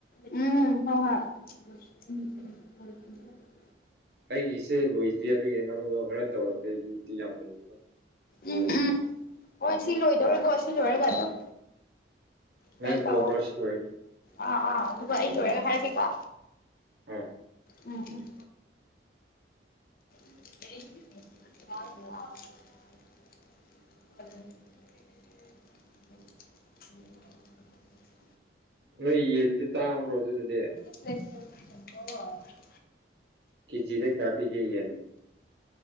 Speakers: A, on the left (about 50°); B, on the right (about 65°).
A: ꯎꯝ ꯍꯣ ꯍꯣꯏ <inaudible> <inaudible>
B: ꯑꯩꯒꯤꯁꯦ ꯂꯣꯏꯗ꯭ꯔꯤ ꯑꯗꯨꯒꯤ ꯅꯪꯗꯣ ꯍꯣꯔꯦꯟ ꯇꯧꯔꯛꯀꯦ ꯑꯩꯒꯤ ꯏꯗꯤ ꯌꯥꯝ ꯂꯩꯔꯤꯕ
A: ꯎꯝ ꯎꯝ ꯑꯣ ꯁꯤ ꯂꯣꯏꯗꯧꯔꯦꯀꯣ ꯁꯤ ꯂꯣꯏꯔꯒ ꯑꯗꯨꯝ ꯀꯦ
B: ꯅꯪ
A: ꯇꯧꯑꯣ
B: ꯊꯣꯡꯈ꯭ꯔꯣ ꯁꯤ ꯂꯣꯏꯔꯒ
A: ꯑꯥ ꯑꯥ ꯑꯗꯨꯒ ꯑꯩ ꯂꯣꯏꯔꯒ ꯍꯥꯏꯔꯒꯦꯀꯣ
B: ꯎꯝ
A: ꯎꯝ ꯎꯝ <unintelligible> ꯑ <unintelligible>
B: ꯅꯣꯏ ꯌꯦꯟꯗꯤ ꯇꯥꯡꯕ꯭ꯔꯣ ꯑꯗꯨꯗꯗꯤ
A: <unintelligible>
B: ꯀꯦꯖꯤꯗ ꯀꯌꯥꯄꯤꯒꯦ ꯌꯦꯟ